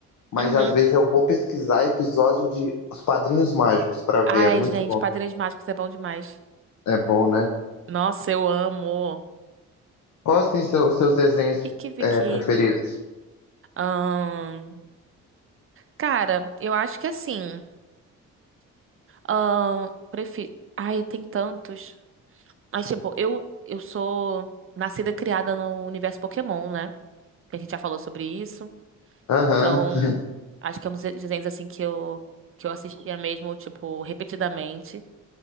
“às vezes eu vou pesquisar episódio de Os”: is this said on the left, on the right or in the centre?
Left